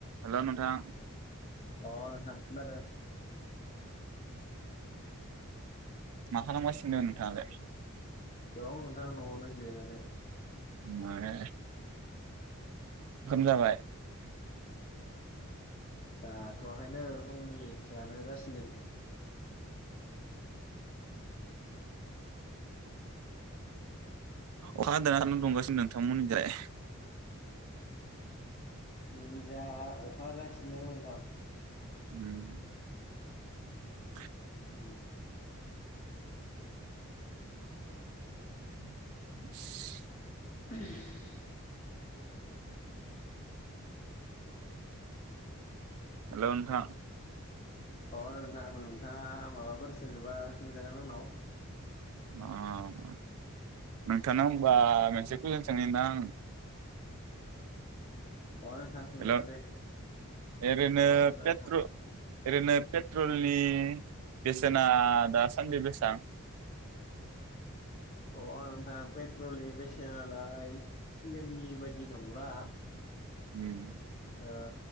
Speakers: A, on the right; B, on the left.
A: Hello नोंथां।
B: अ नोंथां खोनादों।
A: मा खालामगासिनो नोंथाङालाय?
B: दं नोंथां न'आवनो जिरायनानै।
A: मानो? ओंखाम जाबाय?
B: जाथ'आखैयनो फुंनि जानो जासिगोन। उ <inaudible>
A: अखा हादोंना सान्दुं दुंगासिनो नोंथांमोन जाय
B: जोंनि जा अखा गासिनो दों नोंथां
A: <inaudible>
B: <inaudible>
A: <inaudible>
B: <inaudible>
A: हेलौ नोंथां
B: अ नोंथां नोंथाङा माबाफोर सोंङोबा सोंजागोन आंनाव
A: आ नोंथांनाव होनबा मोनसे कुयनस सोंनि नोंथां
B: अ नोंथां सोंजागोन
A: हेलौ
B: दे
A: ओरैनो
B: अ सोंजागोन
A: पेट्र'ओरैनो
B: नोंथां
A: पे ट्रलनि बेसेना दासान्दि बेसां
B: अ नोथांआ पेट्रलनि बेसे नालाय सिगांनि बायदि नंला
A: अम
B: ओ